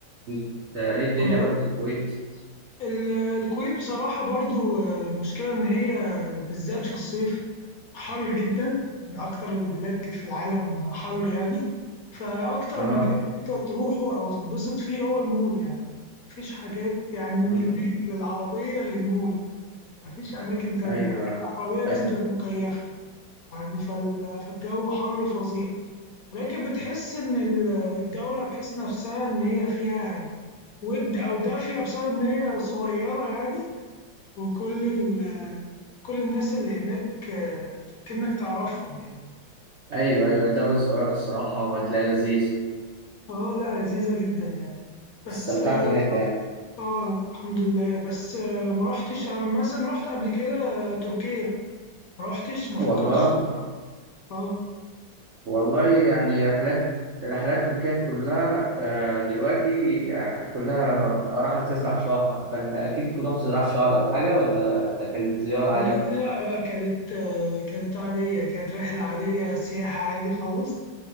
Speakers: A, on the right; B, on the left.
A: انت ايه الدنيا
B: يعني
A: بقى في الكويت
B: ال- الكويت بصراحة برضو آه، مشكلة إن هي آه، بالذات في الصيف حر جدا من أكتر البلاد في العالم حر يعني فأكتر
A: اه
B: مكان أنت تروحه أو تتبسط فيه هو المول يعني مفيش حاجات يعني من
A: آه.
B: البيت للعربية للمول مفيش أماكن تانية
A: ايوه
B: حتى العربية لازم
A: أي-
B: تبقى مكيفة يعني فال- فالجو حر فظيع لكن بتحس إن ال- الدولة بحس نفسها إن هي فيها ود أو دافية بسبب إن هي صغيرة يعني وكل ال كل الناس اللي هناك آه، كأنك تعرفهم يعني
A: ايوه ايوه الدولة صغيرة الصراحة وهتلاقي لذيذ
B: اه لا لذيذة جدا يعني بس
A: استمتعت
B: اه
A: هناك يعني
B: آه، الحمد لله بس آه ما رحتش انا مثلا رحت قبل كده آه، تركيا ما رحتش ما
A: والله
B: فكرتش اه
A: والله يعني رحلات رحلات تركيا كلها آه، دلوقتي آه، كلها راحة تزرع شهر فأنت أكيد كنت رحت تزرع شهر أو حاجة ولا ده كانت زيارة عادي؟
B: لا لا لا كانت آه، كانت عادية كانت رحلة عادية سياحة عادي خالص